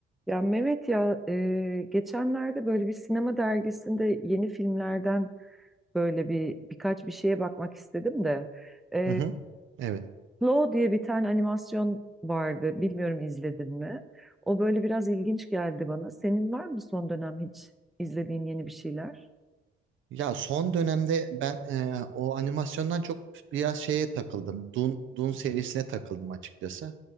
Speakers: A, in the centre; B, on the right.
A: Ya Mehmet ya e, geçenlerde böyle bir sinema dergisinde yeni filmlerden böyle bir birkaç bir şeye bakmak istedim de e,
B: Hı hı. Evet.
A: Flow diye bir tane animasyon vardı. Bilmiyorum izledin mi? O böyle biraz ilginç geldi bana. Senin var mı son dönem hiç izlediğin yeni bir şeyler?
B: Ya son dönemde ben e, o animasyondan çok biraz şeye takıldım. Dune, Dune serisine takıldım açıkçası.